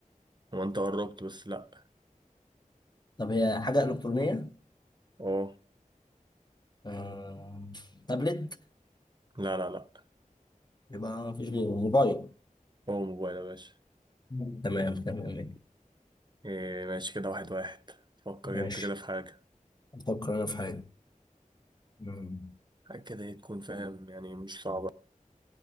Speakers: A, on the right; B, on the left.
A: هو انت قربت بس لا
B: طب هي حاجة إلكترونية
A: اه
B: آه، تابلت
A: لا لا لا
B: يبقى مفيش غيره موبايل
A: هو موبايل يا باشا
B: مم. تمام تمام
A: إيه ماشي كده واحد واحد فكر
B: ماشي
A: انت كده في حاجة
B: أفكر أنا في حاجة مم.
A: حاجة كده ايه تكون فاهم يعني مش صعبة